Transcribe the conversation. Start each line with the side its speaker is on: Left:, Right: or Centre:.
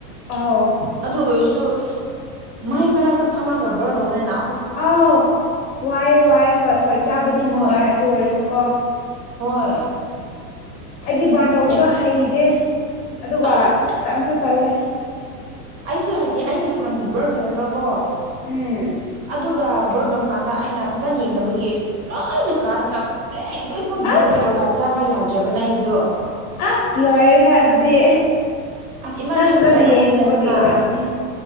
Left: ꯑꯎ
Right: ꯑꯗꯨ ꯑꯣꯏꯔꯁꯨ ꯃꯩ ꯃꯅꯥꯛꯇ ꯐꯝꯃꯒ ꯕ꯭ꯔꯟ ꯇꯧꯕꯅꯤꯅꯥ
Left: ꯑꯥꯎ ꯋꯥꯏ ꯋꯥꯏ ꯍꯣꯏ ꯍꯣꯏ ꯆꯥꯕꯗꯤ
Right: ꯍꯣꯏ
Left: ꯅꯨꯡꯉꯥꯏ ꯑꯗꯨ ꯑꯣꯏꯔꯁꯨ ꯀꯣ
Right: ꯍꯣꯏ
Left: ꯑꯩꯗꯤ ꯕꯥꯔꯟ ꯇꯧꯕꯗꯣ
Right: ꯌꯥꯝ
Left: ꯍꯩꯗꯦ ꯑꯗꯨꯒ
Right: ꯑꯩ
Left: ꯇꯟꯁꯨ ꯇꯜꯂꯦ
Right: ꯑꯩꯁꯨ ꯍꯩꯇꯦ ꯑꯩꯩꯅ ꯅꯍꯥꯟ ꯕ꯭ꯔꯟ ꯇꯧꯋꯦꯕꯀꯣ
Left: ꯎꯝ
Right: ꯑꯗꯨꯒ ꯕ꯭ꯔꯟ ꯇꯩꯕ ꯀꯥꯟꯗ ꯑꯩꯅ ꯐꯖꯅ ꯌꯦꯡꯗꯕꯒꯤ ꯂꯣꯏꯅ ꯀꯥꯔꯒ ꯕ꯭ꯂꯦꯛ ꯂꯣꯏꯅꯃꯛ ꯕ꯭ꯂꯦꯛ
Left: ꯑꯁ
Right: ꯕ꯭ꯂꯦꯛ ꯑꯣꯏꯔꯒ ꯆꯥꯕ ꯌꯥꯗꯔꯕꯅꯦ ꯌꯥꯗꯔꯕꯅꯦ ꯑꯩꯒꯤꯗꯣ
Left: ꯑꯁ ꯂꯣꯏꯔꯦꯍꯦ ꯑꯗꯨꯗꯤ
Right: ꯑꯁ ꯏꯃꯥꯅ
Left: ꯅꯪ
Right: ꯑꯩꯕꯨ
Left: ꯐꯖꯟꯅ
Right: ꯆꯥꯏꯕꯅ
Left: ꯌꯦꯡꯗꯕꯒꯤ
Right: ꯆꯥꯏꯕꯅ
Left: ꯑꯣꯏꯔꯝꯅꯤ